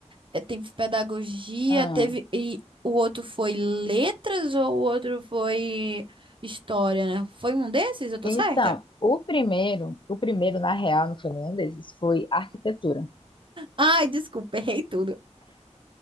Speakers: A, on the right; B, on the left.
A: É, Teve pedagogia,
B: Hum.
A: teve e o outro foi letras ou o outro foi história, né? Foi um desses, eu tô
B: Então,
A: certa?
B: o primeiro, o primeiro, na real, não foi nenhum desses, foi arquitetura.
A: Ai, desculpa, errei tudo.